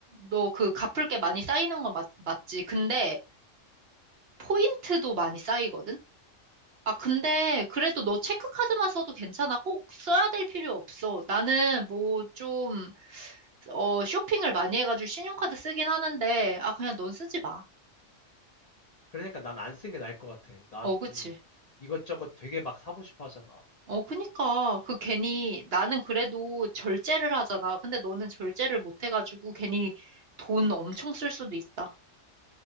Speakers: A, on the right (about 55°); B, on the left (about 40°).
A: 너 그 갚을 게 많이 쌓이는 건 맞, 맞지. 근데 포인트도 많이 쌓이거든? 아, 근데 그래도 너 체크카드만 써도 괜찮아. 꼭 써야 될 필요 없어. 나는 뭐 좀, 어, 쇼핑을 많이 해가지고 신용카드 쓰긴 하는데, 아, 그냥 넌 쓰지 마.
B: 그러니까 난 안 쓴 게 나을 것 같아. 나
A: 어, 그치.
B: 좀 이것저것 되게 막 사고 싶어 하잖아.
A: 어, 그니까. 그 괜히, 나는 그래도 절제를 하잖아. 근데 너는 절제를 못 해가지고 괜히 돈 엄청 쓸 수도 있다.